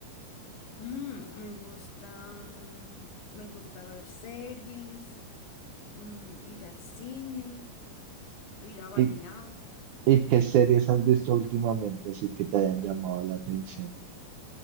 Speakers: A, on the left (about 65°); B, on the right (about 80°).
A: Mm, me gusta, mm, me gusta ver series, mm, ir al cine, ir a bailar.
B: ¿Y, y qué series has visto últimamente así que te hayan llamado la atención?